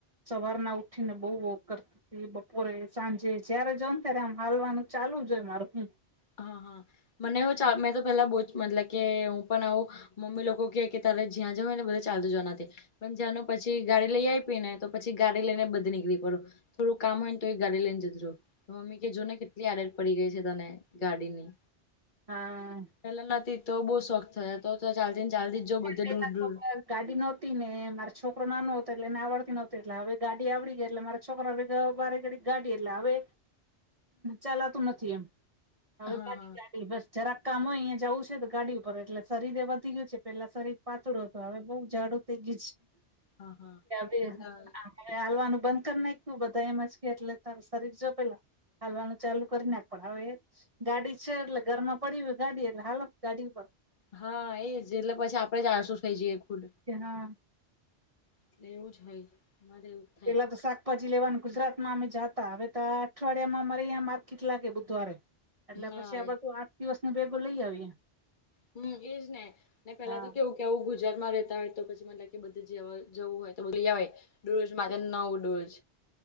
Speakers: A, on the right; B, on the left.
A: સવાર ના ઉઠી ને બહું વોક કરતી. પછી બપોરે સાંજે જયારે જઉ ને ત્યારે આમ હાલવાનું ચાલુ જ હોય મારે હું.
B: હા હા મને હો ચાર મેં તો પેલા બહુ જ <unintelligible> કે હું પણ આવું મમ્મી લોકો કે કે તારે જ્યાં જને બધા ચાલતું જવાનાથી. પણ જાનું પછી ગાડી લઈ આયપી ને તો પછી ગાડી લઈને બધે નીકળી પડું. થોડું કામ હો ને તો એ ગાડી લઈ ને જતી રહું. તો મમ્મી કે જુને કેટલી આડત પડી ગઈ છે તને ગાડીની.
A: હા.
B: પેલા નથી તો બઉુ શોખ થયા તો ચાલતી ને ચાલતી જ જો બધે
A: પેલા
B: દૂર ડૂર
A: તો ગાડી નહોતી ને મારો છોકરો નાનો હતો એટલે ને આવડતી નહોતી એટલે હવે ગાડી આવડી ગઈ એટલે મારે છોકરા ભેગા વારે ગડી ગાડી એટલે હવે ચલાતું નથી એમ. હવે
B: હા
A: ગાડી ગાડી બસ જરાક કામ હોય અહીયા જવું છે ગાડી ઉપર એટલે શરીરે વધા ગયું છે પેલા શરીર પાતળું હત હવે બહુ જાઝાડુ થઈ ગયુ
B: હા હા હા
A: છે.
B: એટલે
A: હામ <unintelligible> હે હલવાનું બંધ કરી નાખું બધા એમ જ કે એટલે તારું શરીર જો પેલા. હાલવાનું ચાલુ કરી નાખ પણ હવે ગાડી છે એટલે ઘરમાં પડી હોય ગાડી એટલે હાલો ગાડી ઉપર.
B: હા એજ એટલે પછી આપડે જ આળસું થઇ જઈએ ખુદ.
A: હા
B: એટલે એવું જ હોય. મારે એવું જ થાય
A: એલા તો શાક ભાજી લેવાનું ગુજરાતમાં અમે જાતા હવે તો અઠવાડિયામાં મારે અહીંયા માર્કેટ લાગે બુધવારે. એટલે
B: હા
A: પછી આ
B: એ
A: બધું આઠ દિવસની ભેગુ લઈ આવીએ.
B: હમ્મ એજ ને ને પેલા
A: હા
B: તો કેવું કે આવું ગુજરાતમાં રહેતા હોય તો પછી મતલબ કે બધ જવું હોય તો બધું લઈ આવય. દરરોજ માથેને ના <unintelligible>